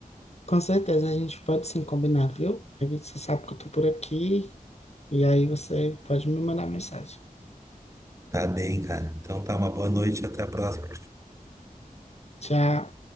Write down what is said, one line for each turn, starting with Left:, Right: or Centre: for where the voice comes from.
Left: com certeza, a gente pode sim combinar, viu? Aí você sabe que eu tô por aqui, e aí você pode me mandar mensagem.
Right: Tá bem, cara. Então tá, uma boa noite, até a próxima.
Left: Tchau.